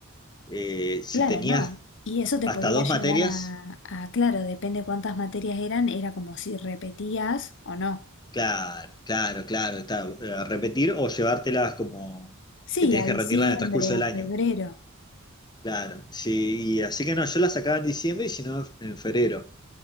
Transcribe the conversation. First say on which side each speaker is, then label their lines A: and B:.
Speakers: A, on the left; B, on the left.
A: eh, si
B: claro,
A: tenías
B: no. Y eso te
A: hasta
B: podía
A: dos
B: llevar
A: materias,
B: a, a, claro, depende cuántas materias eran, era como si repetías o no.
A: claro, claro, claro, ta- a repetir o llevártelas como
B: Sí,
A: que tenías
B: a diciembre,
A: que rendirlas en el transcurso del
B: a
A: año.
B: febrero,
A: Claro, sí, y así que no, yo las sacaba en diciembre y si no en febrero.